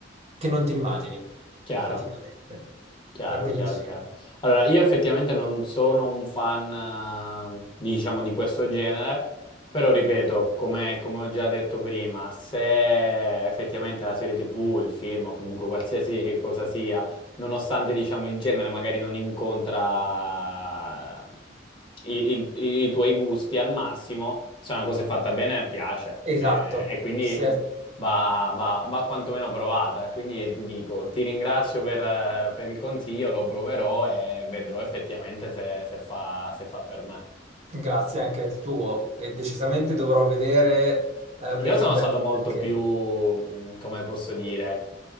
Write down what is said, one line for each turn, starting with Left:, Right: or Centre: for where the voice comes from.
Right: che non ti immagini,
Left: chiaro.
Right: praticamente.
Left: Chiaro,
Right: È bellissimo.
Left: chiaro, chiaro. Allora, io effettivamente non sono un fan, eh, diciamo, di questo genere, però ripeto, come, come ho già detto prima, se effettivamente la serie TV, il film o comunque qualsiasi cosa sia, nonostante diciamo il genere magari non incontra i, il- i- i tuoi gusti al massimo, se una cosa è fatta bene piace
Right: Esatto.
Left: Eh, e quindi
Right: Se-
Left: va, va, va quantomeno provata. Quindi ti dico, ti ringrazio per, eh, per il consiglio, lo proverò e vedrò effettivamente se, se fa, se fa per me.
Right: grazie anche al tuo, e decisamente dovrò vedere eh,
Left: Io
Right: Breaking
Left: sono
Right: Bad
Left: stato molto
Right: perché
Left: più, mh, come posso dire,